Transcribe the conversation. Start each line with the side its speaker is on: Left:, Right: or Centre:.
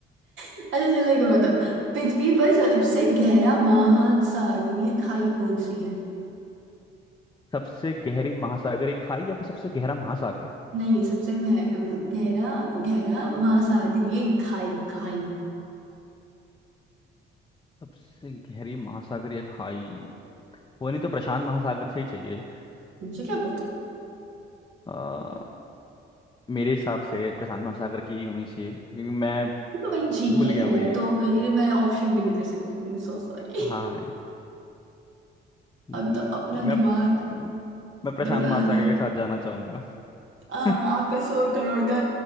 Right: अच्छा चलो एक और बताओ पृथ्वी पर सबसे गहरा महासागरीय खाई कौन सी है
Left: सबसे गहरी महासागरीय खाई या फिर सबसे गहरा महासागर
Right: नहीं सबसे मह- गहरा गहरा महासागरीय खाई खाई
Left: सबसे गहरी महासागरीय खाई वो नहीं तो प्रशांत महासागर से ही चाहिए
Right: मुझे क्या पता
Left: अ, मेरे हिसाब से प्रशांत महासागर की ही होनी चाहिए क्योंकि मैं
Right: तो भाई जी
Left: भूल
Right: के
Left: गया
Right: है
Left: हूँ ये
Right: तो फिर मैं ऑप्शन भी नहीं दे सकती तुम्हें सो सॉरी
Left: हाँ म,
Right: अब तो अपना
Left: मैं
Right: दिमाग
Left: म, मैं प्रशांत
Right: दौड़ाना
Left: महासागर
Right: ही
Left: के साथ जाना चाहूंगा
Right: आ, आपका
Left: <laughs>
Right: सौ करोड़ का